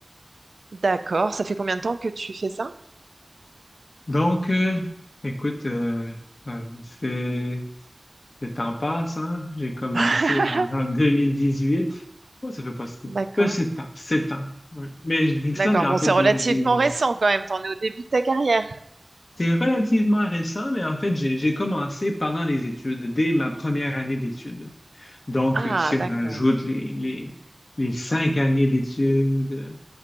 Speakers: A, on the right; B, on the left.
A: D'accord. Ça fait combien de temps que tu fais ça?
B: Donc, euh, écoute, euh, ça fait- le temps passe, hein? J'ai commencé
A: <laughs>
B: en, en 2018. Ouais, ça fait pas si,
A: D'accord.
B: pas si de temps, sept ans. Oui. Mais je dis
A: D'accord.
B: ça, mais en
A: Bon, c'est
B: fait,
A: relativement
B: j'ai j'ai-
A: récent quand même. T'en es au début de ta carrière.
B: C'est relativement récent, mais en fait, j'ai, j'ai commencé pendant les études, dès ma première année d'études. Donc,
A: Ah,
B: euh, si
A: d'accord.
B: on ajoute les, les, les cinq années d'études, euh,